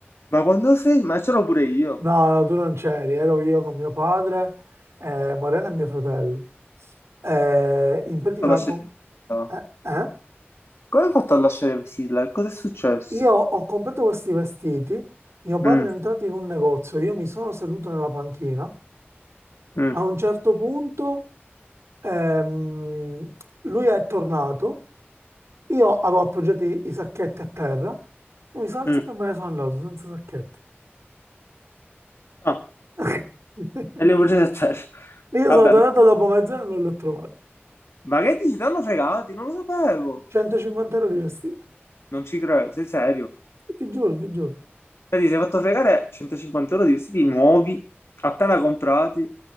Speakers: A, on the left; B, on the right.
A: Ma quando sei? Ma ce l'ho pure io.
B: No, no, tu non c'eri, ero io con mio padre, eh, Morena e mio fratello. Eh, in pratica...
A: Ho lasciato-
B: con-
A: Fiddler.
B: Eh, eh?
A: Come hai fatto a lasciare Sidler? Cosa è successo?
B: Io ho comprato questi vestiti, mio padre
A: Mm,
B: è entrato in un negozio, io mi sono seduto nella panchina,
A: mm,
B: a un certo punto ehm, lui è tornato, io avevo appoggiato i, i sacchetti a terra, e mi sono alzato
A: mm.
B: e me ne sono andato senza sacchetti.
A: Ah,
B: <laughs>
A: e le bugie a terra.
B: Io
A: Vabbè,
B: sono tornato dopo mezz'ora e non li ho trovati.
A: ma che dici? Ti hanno fregati? Non lo sapevo.
B: 150 euro di vestiti,
A: Non ci credo, sei serio?
B: ti giuro, ti giuro.
A: Vedi, si è fatto fregare 150 euro di vestiti nuovi, appena comprati.